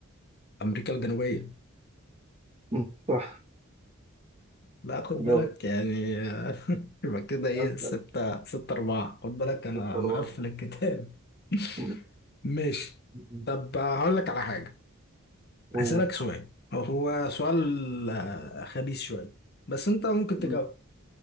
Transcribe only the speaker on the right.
مم، صح
جواب
أنت
جبت أربعة
مم،
مم،
أوه.
مم.